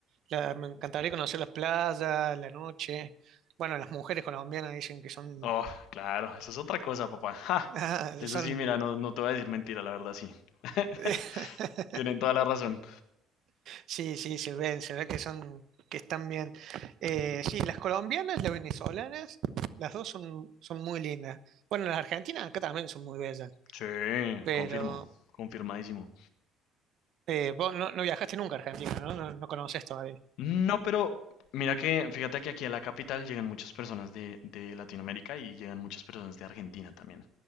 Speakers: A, on the right (about 65°); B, on the left (about 75°).
A: La- me encantaría conocer las playas, la noche. Bueno, las mujeres colombianas dicen que son,
B: Oh, claro, eso es otra cosa, papá. Ja,
A: <laughs> ah,
B: de
A: son,
B: eso sí, mira, no, no te voy a decir mentira, la verdad sí. <laughs>
A: <laughs>
B: Tienen toda la razón.
A: sí, sí, se ven, se ve que son, que están bien. Eh, sí, las colombianas, las venezolanas, las dos son, son muy lindas. Bueno, las argentinas acá también son muy bellas,
B: Sí,
A: pero
B: confirmo, confirmadísimo.
A: eh, vos no, no viajaste nunca a Argentina, ¿no? No, no conoces todavía.
B: No, pero mira que, fíjate que aquí a la capital llegan muchas personas de, de Latinoamérica y llegan muchas personas de Argentina también.